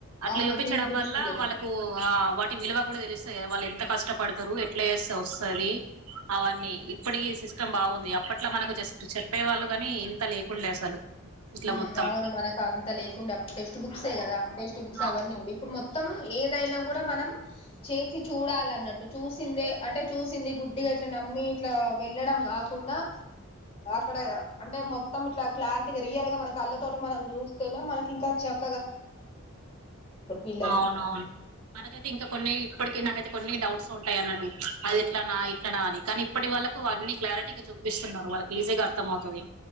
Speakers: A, on the right (about 90°); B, on the left (about 25°).
A: అట్లా
B: అవును.
A: చూపించడం
B: ఫీల్డ్ ట్రిప్స్‌కెళ్తాం.
A: వల్ల వాళ్ళకు ఆ వ్ టి విలువ గుడా తెలుస్త గాద వాళ్ళు ఎంత కష్టపడుతారు ఎట్లా చేస్తె వస్తది అవన్నీ ఇప్పటికి సిస్టమ్ బాగుంది అప్పట్లో మనకు జస్ట్ చెప్పే వాళ్ళు గాని ఇంత లేకుండే అసలు ఇట్లా
B: మ్
A: మొత్తం
B: అవును మనకు అంత లేకుండే టెక్స్ట్ బుక్సే కదా టెక్స్ట్ బుక్స్ అవన్ని
A: ఆ
B: ఉండే ఇప్పుడు మొత్ త్తం ఏదైనా గుడా మనం చేసి చూడాలన్నట్టు చూసిందే అంటే చూసింది గుడ్డిగా ఇట్లా నమ్మి ఇట్లా వెళ్ళడం గాకుండా అక్కడ అంటే మొత్తం ఇట్లా క్లారిటీ రియల్ గా మన కళ్ళ తోటి మనం చూస్తేనే మనకింకా చెప్ పిల్లలు
A: అవునవును మనకైతే ఇంకా కొన్ని ఇప్పటికి నాకై కొన్ని డౌట్స్ ఉంటాయి అన్నట్టు అది ఇట్లానా ఇట్లానా అని కానీ ఇప్పటి వాళ్ళకు అన్ని క్లారిటీగా చూపిస్తున్నారు వాళ్ళకి ఈజీగా అర్థం అవుతది